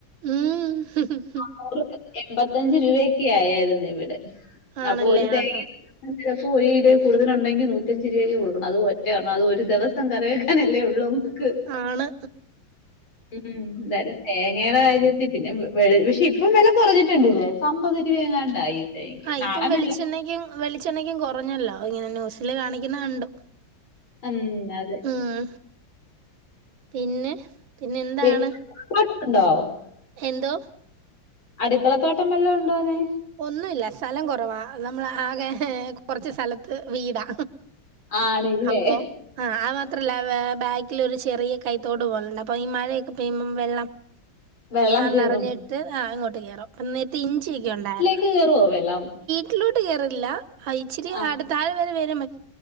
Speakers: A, on the right; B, on the left.
A: ഉം
B: <inaudible> എൺമ്പത്തഞ്ച് രൂപയൊക്കെ ആയായിരുന്ന് ഇവിടെ അപ്പൊ
A: ആണല്ലേ
B: ഒരു തേങ്ങ
A: ആഹ്
B: ചെലപ്പോ ഒരു കിലോയിൽ കൂടുതൽ ഉണ്ടെങ്കി നൂറ്റഞ്ച് രൂപയ്ക്ക് കൊടുക്കണം അത് ഒറ്റ ഒരെണ്ണം അത് ഒരു ദിവസം കറി വെക്കാനല്ലേ ഉള്ളൂ നമുക്ക്
A: ആണ്
B: ഉം എന്തായാലും തേങ്ങയുടെ കാര്യത്തിൽ പിന്നെ വെ പക്ഷെ ഇപ്പം വില കുറഞ്ഞിട്ടുണ്ടില്ലേ ഇപ്പൊ അമ്പത് രൂപ എങ്ങാണ്ടായി തേങ്ങക്ക്
A: ആ
B: നാടനല്ല
A: ഇപ്പ വെളിച്ചെണ്ണക്കും വെളിച്ചെണ്ണക്കും കൊ കൊറഞ്ഞല്ലോ ഇങ്ങനെ ന്യൂസില് കാണിക്കുന്ന കണ്ടു
B: ഉം അതെ
A: ഉം പിന്നെ
B: <inaudible>
A: പിന്നെ എന്താണ് എന്തോ
B: അടുക്കളത്തോട്ടം വല്ലാം ഉണ്ടോന്ന്
A: ഒന്നുമല്ല സ്ഥലം കുറവാ നമ്മൾ ആകെ കുറച്ച് സ്ഥല വീടാ
B: ആണില്ലേ
A: അപ്പൊ ആ അത് മാത്രല്ല വെ ബാക്കിൽ ഒരു ചെറിയ കൈത്തോട് പോലു ണ്ട് അപ്പൊ ഈ മഴയൊക്കെ പെയ്യുമ്പം വെള്ളം
B: വെള്ളം
A: ആ
B: കേറും
A: നിറഞ്ഞിട്ട് ആ ഇങ്ങോട്ട് കെയറും <unintelligible> ത് ഇഞ്ചിഒക്കെ ഒണ്ടാരുന്നു
B: <unintelligible>
A: <unintelligible>
B: റുവോ വെള്ളം
A: ട്ലോട്ട് കേറത്തില്ല അ ഇച്ചിരി
B: ആ
A: അടുത്ത <unintelligible> വെ